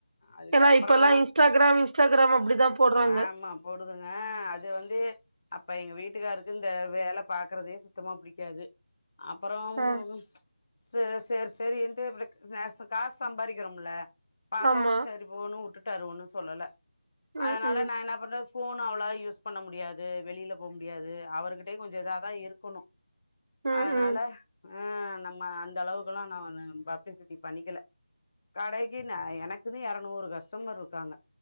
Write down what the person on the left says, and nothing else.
அதுக்கு
அப்புறோ
ஆமா போடுதுங்க அது வந்து அப்ப எங்க வீட்டுக்காருக்கு இந்த வேல பாக்குறதே சுத்தமா புடிக்காது அப்பறோ
ம் ச சேர் சேரியின்ட்டு அப்ற நேச காசு சம்பாக்ஷிக்கிறோமில பாக்கவு
செரி போனு வுட்டுடாரு ஒன்னு சொல்லல அதனால
நா என்ன பண்ற ஃபோனு அவளா யூஸ் பண்ண முடியாது வெளியில போ முடியாது அவருகிட்டயு கொஞ்சோ இததா இருக்கணு
அதனால
அ நம்ம அந்த அளவுக்ககெல்லா நானு பப்ளிசிட்டி பண்ணிக்கில கடைக் கினு எனக்குன்னு எறநூறு கஸ்டமர் இருக்காங்க